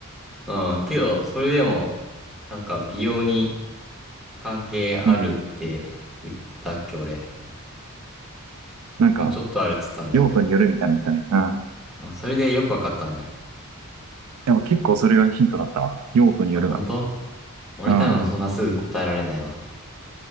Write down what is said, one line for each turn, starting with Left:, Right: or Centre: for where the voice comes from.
Centre: うん、けど、それでも、なんか、美容に関係あるって言ったっけ、
Right: うん。
Centre: 俺。
Right: なんか、
Centre: まあ、ちょっとあるっつったんだよね。
Right: 用途によるみたいなの言ったね。うん。
Centre: あ、それでよくわかったね。
Right: でも結構それがヒントだったわ。用途によるが。
Centre: あ、本当俺多分そんなすぐ答えられないわ。
Right: うん。